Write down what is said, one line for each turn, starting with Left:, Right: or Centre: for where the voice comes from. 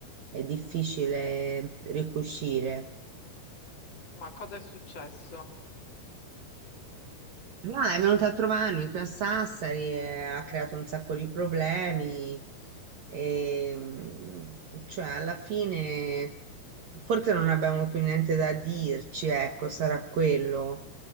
Right: è difficile ricucire.
Left: Ma cosa è successo?
Right: Ma è venuta a trovarmi qui a Sassari e ha creato un sacco di problemi. E, mm, cioè, alla fine forse non abbiamo più niente da dirci, ecco, sarà quello.